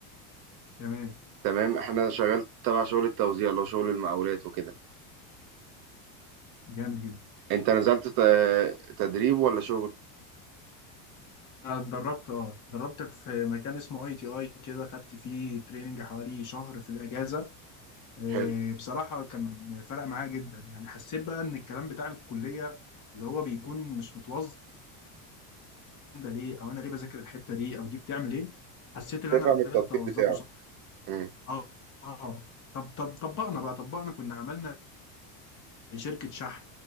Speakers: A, on the left; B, on the right.
A: تمام
B: تمام احنا شغال تبع شغل التوزيع اللي هو شغل المقاولات وكده
A: جامد جدا
B: انت نزلت ت- تدريب ولا شغل
A: أنا اتدربت اه اتدربت في مكان اسمه اي تي اي كده خدت فيه تريننج حوالي شهر في الاجازه آه،
B: حلو
A: بصراحه كان فرق معايا جدا يعني حسيت بقى ان الكلام بتاع الكليه اللي هو بيكون مش متوظف ده ليه او انا ليه بذاكر الحته دي او دي بتعمل ايه حسيت ان
B: تفهم
A: انا قدرت
B: التطبيق
A: اوظفه
B: بتاعه
A: صح
B: مم.
A: اه اه طب طب طبقنا بقى طبقنا كنا عملنا لشركة شحن